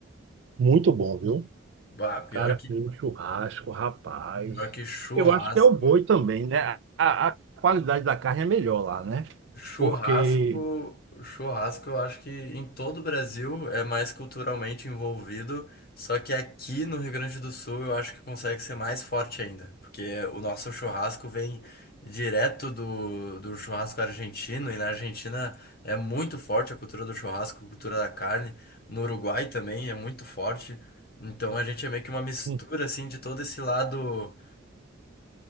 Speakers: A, on the right; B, on the left.
A: muito bom, viu? O
B: Bah, pior
A: Cara,
B: que,
A: fez um churrasco, rapaz.
B: pior que churrasco,
A: Eu acho que é o boi também, né? A, a qualidade da carne é melhor lá, né?
B: churrasco,
A: Porque
B: churrasco, eu acho que em todo o Brasil é mais culturalmente envolvido, só que aqui no Rio Grande do Sul eu acho que consegue ser mais forte ainda, porque o nosso churrasco vem direto do, do churrasco argentino, e na Argentina é muito forte a cultura do churrasco, a cultura da carne, no Uruguai também é muito forte, então a gente é meio que uma mistura,
A: hum,
B: assim, de todo esse lado